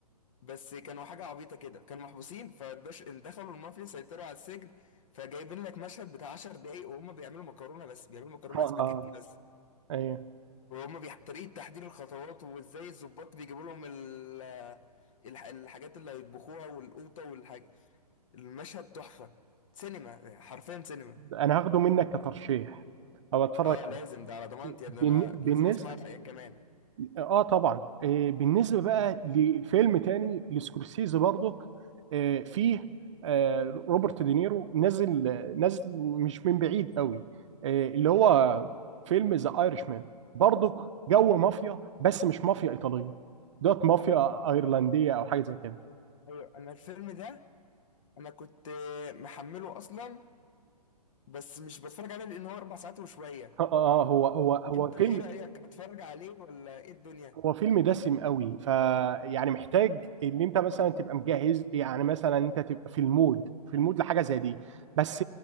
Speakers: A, on the left; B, on the right.
A: بس كانوا حاجة عبيطة كده كانوا محبوسين فباش دخلوا المافيا سيطروا على السجن فجايبين لك مشهد بتاع 10 دقايق وهم بيعملوا مكرونة بس بيعملوا مكرونة
B: اه
A: سباكيتي
B: آه،
A: بس
B: ايوه
A: وهم بيح... طريقة تحضير الخطوات وازاي الظباط بيجيبوا لهم ال... الح... الحاجات اللي هيطبخوها والقوطة والحاجة المشهد تحفة سينما حرفيا سينما
B: انا هاخده منك كترشيح او اتفرج
A: اه
B: عليه
A: لازم ده على ضمانتي يا
B: بن-
A: ابني انا
B: بالنسبه
A: لازم اسمع في كمان
B: اه آه، طبعا آه بالنسبه بقى لفيلم تاني لسكورسيزي برضك آه فيه آه روبرت دينيرو نازل نازل مش من بعيد قوي آه اللي هو
A: مم.
B: فيلم ذا ايرش مان برضك جو مافيا بس مش مافيا ايطاليه دوت مافيا
A: عارف
B: ايرلنديه او حاجه زي كده
A: ايوه انا الفيلم ده انا كنت آه، محمله اصلا بس مش بتفرج عليه لان هو اربع ساعات وشوية
B: <laughs> اه آه، هو هو هو
A: انت
B: فيلم
A: ايه رأيك اتفرج عليه ولا ايه الدنيا
B: هو فيلم دسم قوي فيعني محتاج ان انت مثلا تبقى مجهز يعني مثلا انت تبقى في المود في المود لحاجه زي دي بس